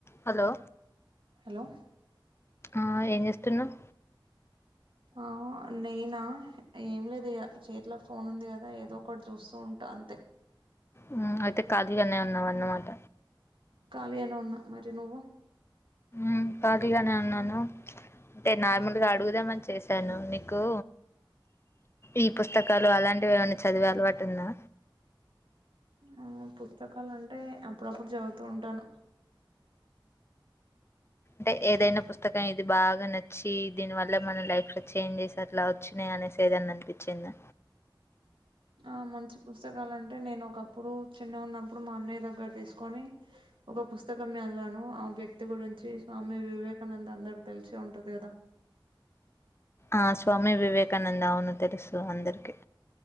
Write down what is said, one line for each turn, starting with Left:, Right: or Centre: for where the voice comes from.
Left: Hello
Right: hello
Left: ఆ ఏం చేస్తున్నావు
Right: ఆ నేనా ఏం లేదు ఇగ చేతిలో ఫోన్ ఉంది కదా ఏదో ఒకటి చూస్తూ ఉంటా అంతే
Left: ఉమ్ అయితే ఖాళీగానే ఉన్నావ అన్నమాట
Right: ఖాళీ అనే ఉన్నా మరి నువ్వు
Left: మ్ కాళీగానే ఉన్నాను అంటే నార్మల్గా అడుగుదామని చేశాను నీకు ఈ పుస్తకాలు అలాంటివి ఏమైనా చదివే అలవాటు ఉందా
Right: ఆ పుస్తకాలు అంటే అప్పుడప్పుడు చదువుతూ ఉంటాను
Left: టే ఏదైనా పుస్తకం ఇది బాగా నచ్చి దీని వల్ల మన లైఫ్ లో చేంజెస్ అట్లా వచ్చినాయ ఐతే ఏదన్న అన్పిచిందా
Right: ఆ మంచి పుస్తకాలు అంటే నేను ఒకప్పుడు చిన్న ఉన్నప్పుడు మా అన్నయ్య దగ్గర తీసుకొని ఒక పుస్తకందివాను ఆ వ్యక్తి గురించి స్వామి వివేకానంద అందరి తెలిసి ఉంటది కదా
Left: ఆ స్వామి వివేకానంద్ అవును తెలుసు అందరికిీ